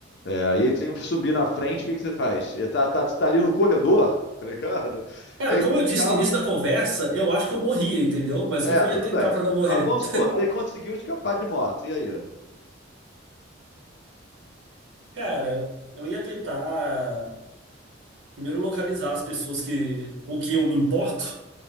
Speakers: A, on the left; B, on the right.
A: É, e aí tem que subir na frente, o que, que você faz? Tá, tá, tá ali no corredor, <laughs> tá ligado?
B: Cara,
A: Entre
B: como eu
A: os
B: disse
A: carros,
B: no início da conversa, eu acho que eu morria, entendeu? Mas
A: é,
B: o que que eu
A: tudo
B: ia tentar
A: bem.
B: pra não morrer?
A: Mas vamos supor, você conseguiu escapar de moto, e aí?
B: <laughs> Cara, eu ia tentar primeiro localizar as pessoas que, com quem eu me importo,